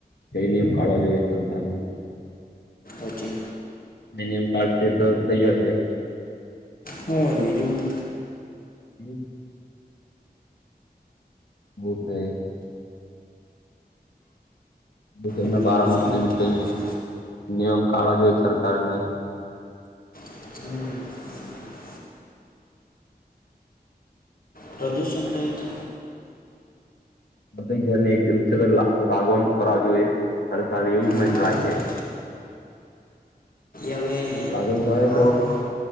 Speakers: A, on the left; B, on the left.
A: કઈ નિયમ કાઢવા જોઈએ સરકારની
B: ઓછી.
A: નયમ કાર્ડ છે તો થઇ જશે.
B: હું બીજું હું.
A: એ બહ થાય. બના
B: એ પ્રદૂષણ
A: બારામથી
B: જ થાય
A: કઈ નિયમ કાળા જો હોય સરકારને
B: <inaudible> પ્રદૂષણ નહી થ.
A: બધા જણને એક જરૂર છે તો લાગવાનું ખર જોઈએ. હર સાલ એવું જ મનરાાય
B: હા
A: છે.
B: એ હવે
A: લાગન કરાય તો.
B: આ